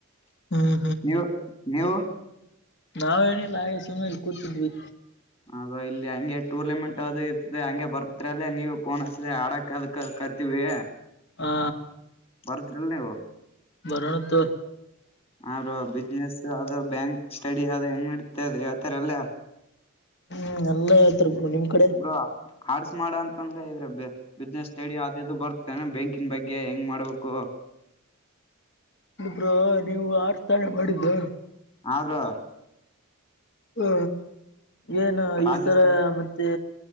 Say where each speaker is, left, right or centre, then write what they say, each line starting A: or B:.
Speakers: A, on the left; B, on the left.
A: ಹ್ಮ್
B: ನೀವು ನೀವು
A: ನಾವ್ ಏನಿಲ್ಲ ಹಾಗೆ ಸುಮ್ಮ್ನೆಲ್ಲಿ ಕೂತಿದ್ವಿ.
B: ಅದ ಇಲ್ಲಿ ಹಂಗೆ ಟೂರ್ನಮೆಂಟ್ ಅದು ಇರ್ತದೆ. ಹಂಗೆ ಬರ್ತ್ರಲ್ಲೇ ನೀವು ಪೋನ್ ಹಚ್ಚಿದ್ರೆ ಆಡಕ್ ಅದಕ್ ಕರ್ತೀವಿ.
A: ಹಾ,
B: ಬರ್ತ್ರಿಲ್ ನೀವು
A: ವರ್ರಣತ <unintelligible>
B: ಅವರು ಬಿಸ್ನೆಸ್ ಅದು ಬ್ಯಾಂಕ್ ಸ್ಟಡಿ ಅದು ಹೆಂಗ್ ನಡಿತದ ಅದು ಹೇಳ್ತರೆಲ್ಲಾ.
A: ಹ್ಮ್, ಎಲ್ಲಾ ಹೇಳ್ತಾ ರ್ ಗುರು ನಿಮ್ ಕಡೆ.
B: ಬ್ರೋ, ಆಡ್ಸ್ ಮಾಡ ಅಂತಂದ್ರೆ ಇದ್ರಬ್ ಬಿಸ್ನೆಸ್ ಸ್ಟಡಿ ಅದು ಬರ್ತ್ತ ಬ್ಯಾಂಕಿಂಗ್ ಬಗ್ಗೆ ಹೆಂಗ್ ಮಾಡ್ಬೇಕು.
A: ಬ್ರೋ, ನೀವು ಆಡ್ಸತಾನೆ ಮಾಡಿದ್ದು.
B: ಹಾ, ಬ್ರೋ
A: ಹಾ, ಏನು
B: ರಾಜ್ಯ
A: ಈ ಸರ
B: ಸರ್
A: ಮತ್ತೆ